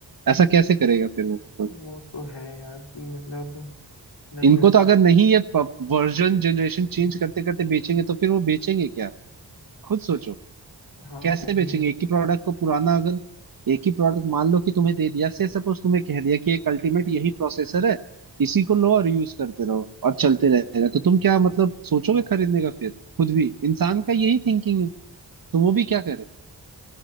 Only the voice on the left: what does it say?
वो तो है यार कि मतलब नहीं
रहता
है
हाँ
वो
भी है